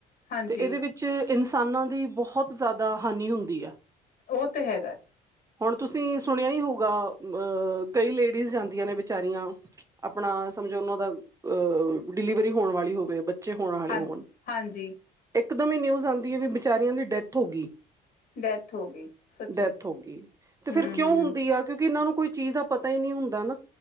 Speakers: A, on the left; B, on the right.
A: ਹਾਂਜੀ
B: ਤੇ ਇਹਦੇ ਵਿੱਚ ਚ ਇਨਸਾਨਾਂ ਦੀ ਬਹੁਤ ਜ਼ਿਆਦਾ ਹਾਨੀ ਹੁੰਦੀ ਹੈ।
A: ਉਹ ਤੇ ਹੈਗੈ।
B: ਹੁਣ ਤੁਸੀਂ ਸੁਣਿਆ ਹੀ ਹੋਊਗਾ ਅ ਕਈ ਲੇਡੀਜ਼ ਜਾਂਦੀਆਂ ਨੇ ਬਚਾਰੀਆਂ ਆਪਣਾ ਸਮਝੋ ਉਹ ਦਾ ਡਿਲੀਵਰੀ ਹੋਣ ਵਾਲੀ ਹੋਵੇ ਬੱਚੇ ਹੋਣ ਵਾਲੇ
A: ਹਾਂ
B: ਹੋਣ
A: ਹਾਂਜੀ
B: ਇੱਕ ਦਮ ਹੀ ਨਿਊਜ਼ ਆਉਂਦੀ ਹੈ ਵੀ ਵਿਚਾਰੀਆਂ ਦੀ ਡੈਥ ਹੋ ਗਈ।
A: ਡੈਥ ਹੋ ਗਈ ਸੱਚੀ
B: ਡੈਥ ਹੋ ਗਈ,
A: ਹੂੰ,
B: ਤੇ ਫਿਰ ਕਿਉਂ
A: ਹੂੰ
B: ਹੁੰਦੀ ਆ ਕਿਉਂਕਿ ਇਹਨਾਂ ਨੂੰ ਕੋਈ ਚੀਜ਼ ਦਾ ਪਤਾ ਹੀ ਨਹੀਂ ਹੁੰਦਾ ਨਾ।